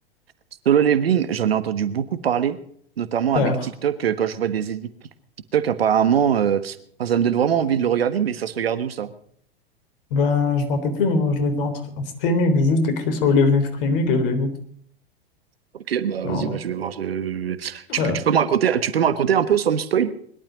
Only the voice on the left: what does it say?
Frère.
Ben, je m'en rappelle plus, mais moi, je l'ai vu en, tr- en streaming. J'ai juste écrit Solo Leveling streaming et je l'ai vu.
Non,
frère.